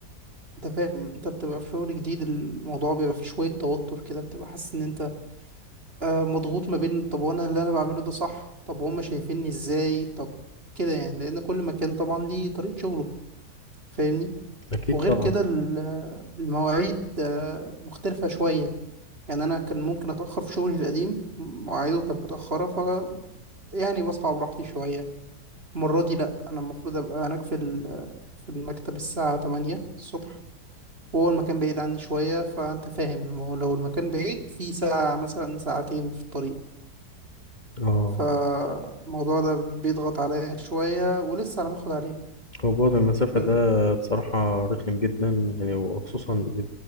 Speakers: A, on the right; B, on the left.
A: انت فاهم انت بتبقى في شغل جديد الموضوع بيبقى فيه شوية توتر كده بتبقى حاسس ان انت آه، مضغوط ما بين طب وانا اللي انا بعمله ده صح طب هما شايفيني ازاي طب كده يعني لان كل مكان طبعا ليه طريقة شغله فاهمني
B: اكيد
A: وغير
B: طبعا
A: كده ال- آه، المواعيد آه، مختلفة شوية يعني انا كان ممكن اتأخر في شغلي القديم مواعيده كانت متأخرة ف يعني بصحى براحتي شوية المرة دي لأ انا المفروض ابقى هناك في ال- آه، في المكتب الساعة 8 الصبح وهو المكان بعيد عني شوية فأنت فاهم الم- لو المكان بعيد في ساعة مثلا ساعتين في الطريق
B: اه
A: فالموضوع ده بيضغط عليا شوية ولسه على ما اخد عليه
B: هو بعد المسافة
A: بس
B: ده بصراحة رخم جدا يعني وخصوصا